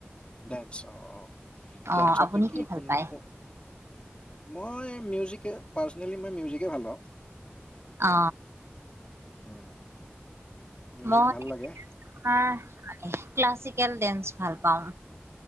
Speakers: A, on the left; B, on the right.
A: ডেন্স অ অ ডেন্সত
B: অ', আপুনি
A: নো কি
B: ভাল
A: কোন
B: পায়?
A: ক মই মিউজিকে পাৰ্চনেলি মই মিউজিকে ভাল পাওঁ।
B: অ
A: উ মিউজিক
B: মই
A: ভাল লাগে।
B: আপোনাৰ ক্লাছিকেল ডেন্স ভাল পাওঁ।